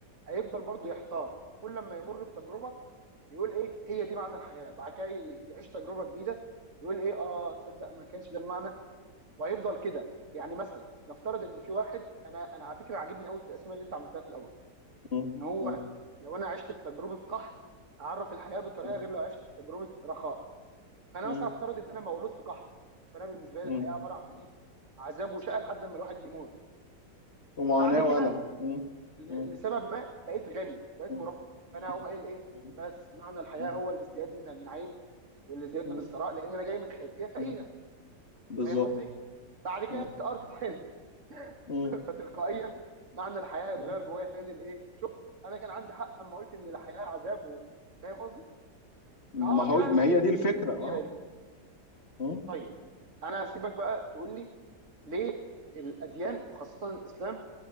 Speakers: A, on the right; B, on the left.
A: هيفضل برضه يحتار كل لما يمر بتجربه يقول ايه هي دي معنى الحياه بعد كده ي- يعيش تجربه جديده يقول ايه اه تصدق ما كانش ده المعنى وهيفضل كده يعني مثلا نفترض ان في واحد انا انا على فكره عاجبني قوي التقسيمه اللي انت عملتها في الاول
B: مم.
A: ان هو
B: مم.
A: لو انا عشت في تجربه قحط هعرف الحياه بطريقه
B: مم.
A: غير لو عشت في تجربه رخاء فانا
B: مم.
A: مثلا افترض ان انا مولود في قحط فانا بالنسبه لي
B: مم.
A: الحياه عباره عن ايه عذاب وشقى لحد ما الواحد يموت
B: ومعاناه
A: بعد كده
B: والم مم.
A: ل-
B: مم.
A: لسبب ما بقيت غني بقيت
B: مم.
A: مرفه فانا
B: مم.
A: هقوم قايل ايه
B: مم.
A: بس معنى الحياه
B: مم.
A: هو الازدياد من النعيم والازدياد
B: مم.
A: من الثراء لان انا جاي من خلفيه فقيره
B: مم. بالظبط
A: فاهم قصدي بعد كده
B: مم.
A: افتقرت تاني
B: مم.
A: <laughs> فتلقائيا معنى الحياه هيتغير
B: مم.
A: جوايا تاني لايه شوف انا كان عندي حق اما قلت ان الحياه عذاب و... فاهم قصدي
B: ما
A: فهقعد
B: هو
A: بقى
B: ما
A: امشي
B: هي
A: في
B: دي الفكره
A: الدايره دي
B: اه
A: طيب انا هسيبك بقى تقول لي ليه الاديان وخاصه الاسلام